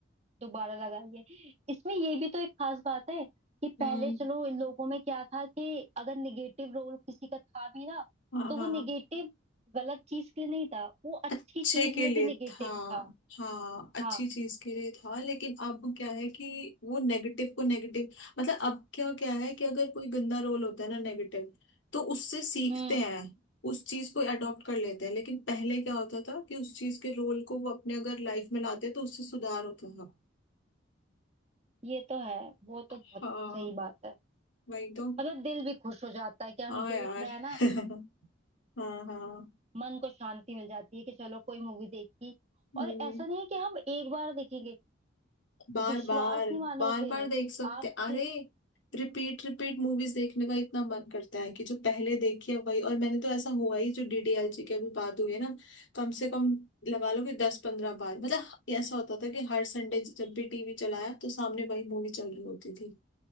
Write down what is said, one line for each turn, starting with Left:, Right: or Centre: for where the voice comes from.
Right: दोबारा लगाइए इसमें ये भी तो एक खास बात है कि पहले
Left: हम्म
Right: चलो इन लोगों में क्या था कि अगर निगेटिव रोल किसी का था भी ना
Left: हाँ
Right: तो
Left: हाँ
Right: वो निगेटिव गलत चीज के लिए नहीं था वो अच्छी
Left: अच्छे
Right: चीज
Left: के लिए
Right: में भी निगेटिव
Left: था
Right: था
Left: हाँ अच्छी
Right: हाँ
Left: चीज के लिए था लेकिन अब क्या है कि वो नेगेटिव को नेगेटिव मतलब अब क्या क्या है कि अगर कोई गंदा रोल होता है ना नेगेटिव तो उससे सीखते
Right: हम्म
Left: हैं उस चीज को अडॉप्ट कर लेते हैं लेकिन पहले क्या होता था कि उस चीज के रोल को वो अपने अगर लाइफ में लाते तो उससे सुधार होता था
Right: ये तो है वो तो बहुत
Left: हाँ
Right: सही बात है
Left: वही तो
Right: मतलब दिल भी खुश हो जाता है कि हम
Left: हाँ
Right: देख
Left: यार
Right: रहे हैं ना
Left: <laughs> हाँ हाँ
Right: मन को शांति मिल जाती है कि चलो कोई मूवी देखी
Left: हम्म
Right: और ऐसा नहीं है कि हम एक बार देखेंगे
Left: बार
Right: विश्वास
Left: बार
Right: नहीं मानोगे
Left: बार बार देख सकते
Right: आपके
Left: अरे रिपीट रिपीट मूवीज देखने का इतना मन करता है कि जो पहले देखी है वही और मैंने तो ऐसा हुआ ही जो डीडीएलजे की अभी बात हुई है ना कम से कम लगा लो कि दस पंद्रह बार मतलब ऐसा होता था कि हर संडे जब भी टीवी चलाया तो सामने वही मूवी चल रही होती थी